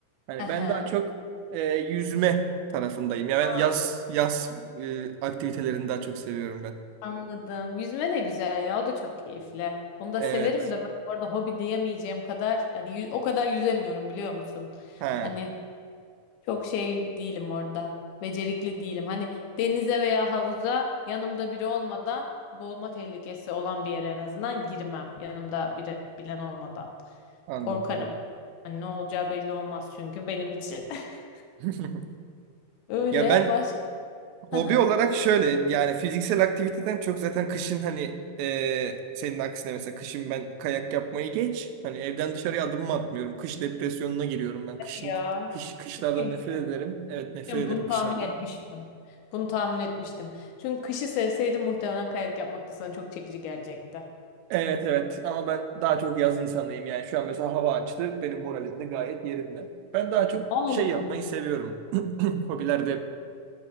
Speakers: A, on the right (about 90°); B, on the left (about 80°).
A: Hani
B: Aha.
A: ben daha çok e, yüzme tarafındayım. Ya ben
B: Aa,
A: yaz yaz e, aktivitelerini daha çok seviyorum ben.
B: Anladım. Yüzme de güzel ya. O da çok keyifli. Onu da
A: Evet.
B: severim de ben orada hobi diyemeyeceğim kadar hani yü- o kadar yüzemiyorum biliyor musun?
A: He.
B: Hani Çok şey değilim orada. Becerikli değilim. Hani denize veya havuza yanımda biri olmadan boğulma tehlikesi olan bir yere en azından girmem. Yanımda biri bilen olmadan.
A: Anladım.
B: Korkarım. Hani ne olacağı belli olmaz çünkü benim için. <laughs>
A: <laughs>
B: Öyle
A: Ya ben
B: baş... Hı
A: hobi
B: hı.
A: olarak şöyle yani fiziksel aktiviteden çok zaten kışın hani e, senin aksine mesela kışın ben kayak yapmayı geç. Hani evden dışarıya adımımı atmıyorum. Kış depresyonuna giriyorum ben. Kışın
B: Ya.
A: kış kışlardan
B: Ciddi misin?
A: nefret ederim. Evet nefret
B: Yani Bunu
A: ederim kışlardan.
B: tahmin etmiştim. Bunu tahmin etmiştim. Çünkü kışı sevseydim muhtemelen kayak yapmak da sana çok çekici gelecekti.
A: Evet evet ama ben daha çok yaz insanıyım yani şu an mesela hava açtı benim moralim de gayet yerinde. Ben daha çok
B: Allah
A: şey yapmayı
B: Allah.
A: seviyorum. <clears throat> Hobilerde